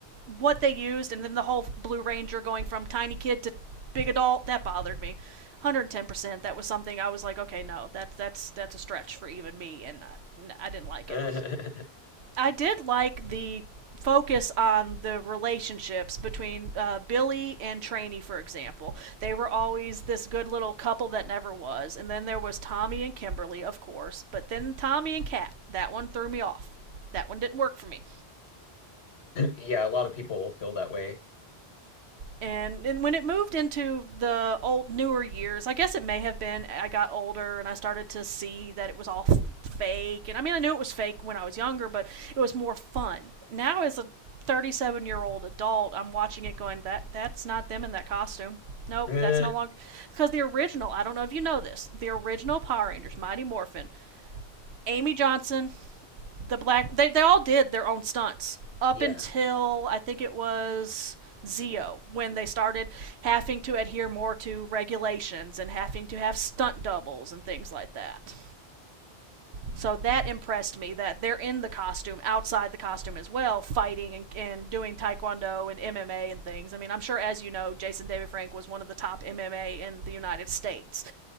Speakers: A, on the right; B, on the left.
A: what they used and then the whole Blue Ranger going from tiny kid to big adult, that bothered me. 110%. That was something I was like, okay, no, that that's that's a stretch for even me and I, I didn't like
B: <laughs>
A: it. I did like the focus on the relationships between uh, Billy and Trainee, for example. They were always this good little couple that never was, and then there was Tommy and Kimberly, of course, but then Tommy and Kat. That one threw me off. That one didn't work for me.
B: Yeah, a lot of people feel that way.
A: and and when it moved into the old newer years, I guess it may have been I got older and I started to see that it was all f- fake. And I mean, I knew it was fake when I was younger, but it was more fun. Now as a 37-year-old adult, I'm watching it going that that's not them in that costume. Nope,
B: <laughs> Uh,
A: that's no longer because the original, I don't know if you know this, the original Power Rangers Mighty Morphin, Amy Johnson the black they, they all did their own stunts up
B: Yeah.
A: until I think it was Zio when they started having to adhere more to regulations and having to have stunt doubles and things like that. So that impressed me that they're in the costume, outside the costume as well, fighting and, and doing taekwondo and MMA and things. I mean, I'm sure, as you know, Jason David Frank was one of the top MMA in the United States.